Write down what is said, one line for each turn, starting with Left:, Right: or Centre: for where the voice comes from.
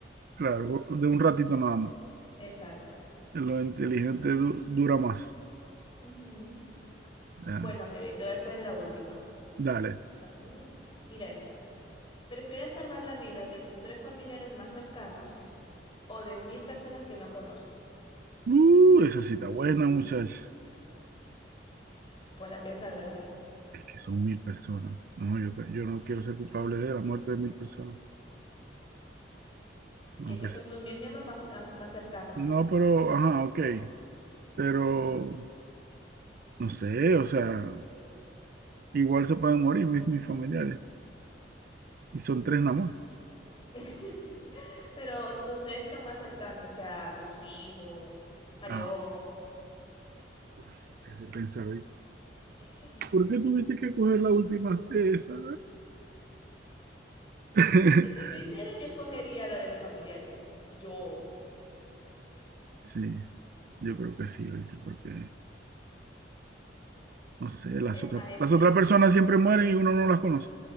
Right: Claro, de un ratito nada más.
Left: Exacto.
Right: Lo inteligente du- dura más.
Left: Ujú.
Right: Ah,
Left: Bueno, Mary, te voy a hacer la última.
Right: dale.
Left: A ver. Mira esta. ¿Prefieres salvar la vida de tus tres familiares más cercanos o de mil personas que no conoces?
Right: Uh, esa cita buena, muchacha.
Left: Pone a pensar, ¿verdad?
Right: Es que son mil personas. No, yo, yo no quiero ser culpable de la muerte de mil personas. Aunque
Left: Y es que son
Right: se-
Left: tus mil miembros más, más, más cercanos.
Right: No, pero, ajá, ok. Pero, no sé, o sea, igual se pueden morir mis, mis familiares. Y son tres nada más.
Left: <laughs> Pero tus tres son más cercanos, o sea, tus hijos, Marión.
Right: Ah, uf, es de pensar, ¿viste?
Left: <laughs>
Right: ¿Por qué tuviste que coger la última esa? <laughs>
Left: Si estoy sincera, yo escogería la de los familiares. Yo.
Right: Sí, yo creo que sí, ¿oíste? Porque, no sé, las
Left: Es
Right: otras,
Left: más, entre...
Right: las otras personas siempre mueren y uno no las conoce.